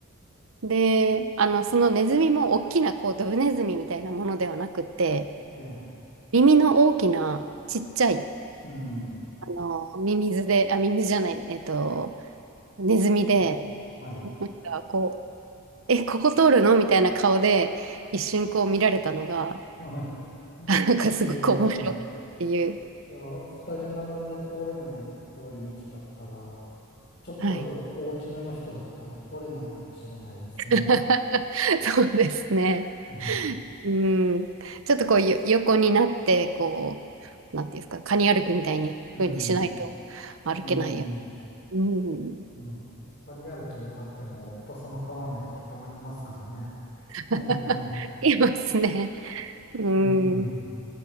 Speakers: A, on the right; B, on the left.
A: で、あの、そのネズミも大きな、こう、ドブネズミみたいなものではなくて、
B: ええ、
A: 耳の大きな、ちっちゃい、
B: うん。う
A: あの、ミミズで、あ、ミミズじゃない、えっと、ネズミで、
B: んはい、
A: なんか、こう、え、ここ通るのみたいな顔で、一瞬こう見られたのが、
B: はい。
A: <laughs> あなんかすごく面白かったっていう。
B: ええ、いや、二人並んで通れない通り道だったら、ちょっと大きめの人だったら通れないかもしれないですね。
A: はい。<laughs> そうですね。
B: うん。
A: うん。ちょっとこう、よ横になって、こう、なんていうんですか、カニ歩きみたいに、
B: うん。
A: 風にしないと歩けないや。
B: うんええ、
A: うん。
B: うん。旅歩きになっても太さの変わんない人たまにいますからね。ええ、
A: <laughs> いますね。<laughs> うん。
B: うん。